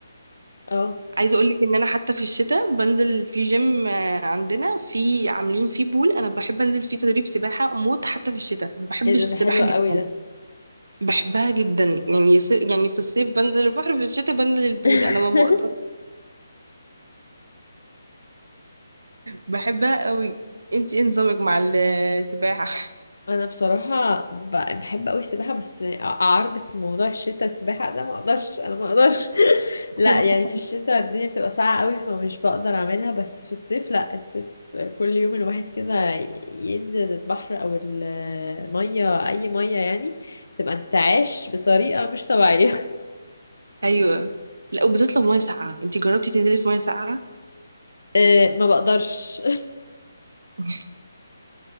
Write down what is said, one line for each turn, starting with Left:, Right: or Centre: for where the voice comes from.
Left: اه
Right: عايزه اقول لك ان انا حتى في الشتاء بنزل في جيم آه، عندنا في عاملين فيه بول انا بحب انزل فيه تدريب سباحه موت حتى في الشتاء بحب
Left: ايه
Right: السباحه
Left: ده ده حلو قوي
Right: جدا
Left: ده
Right: بحبها جدا يعني ص- يعني في الصيف بنزل البحر في الشتاء بنزل البول
Left: <laughs>
Right: انا ما بقدر بحبها قوي انت ايه نظامك مع السباحه
Left: انا بصراحه ب- بحب قوي السباحه بس اعارضك في موضوع الشتاء السباحه ده ما اقدرش انا ما اقدرش <laughs> لا
Right: <laughs>
Left: يعني في الشتاء الدنيا بتبقى ساقعه قوي فمش بقدر اعملها بس في الصيف لا الصيف كل يوم الواحد كده ينزل البحر او الميه اي ميه يعني تبقى انتعاش بطريقه مش طبيعيه <laughs>
Right: ايوه لا وبالذات لو ميه ساقعه انت جربتي تنزلي في ميه ساقعه
Left: آه، ما بقدرش
Right: <laughs>